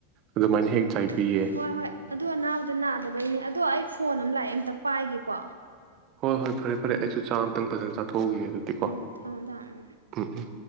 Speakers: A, on the right; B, on the right.
A: ꯑꯗꯨꯃꯥꯏꯅ ꯍꯦꯛ
B: ꯎ
A: ꯆꯥꯏꯕꯤꯌꯦ
B: ꯍꯣꯏ ꯍꯣꯏ ꯑꯗꯨ ꯑꯅꯥꯕꯗꯣ ꯅꯥꯗꯕꯩꯅꯤ ꯑꯗꯣ ꯑꯩ ꯐꯣꯟ ꯂꯥꯛꯑꯦ ꯑꯃꯝꯇ ꯄꯥꯏꯒꯦꯀꯣ
A: ꯍꯣꯏ ꯍꯣꯏ ꯐꯔꯦ ꯐꯔꯦ
B: ꯎꯝ
A: ꯑꯩꯁꯨ ꯆꯥꯛ
B: ꯎꯝ
A: ꯑꯇꯪ ꯐꯖꯅ ꯆꯥꯊꯣꯛꯍꯎꯧꯒ ꯑꯗꯨꯗꯤꯀꯣ
B: ꯎꯝ ꯊꯝꯃꯣ ꯊꯝꯃꯣ
A: ꯎꯝ ꯎꯝ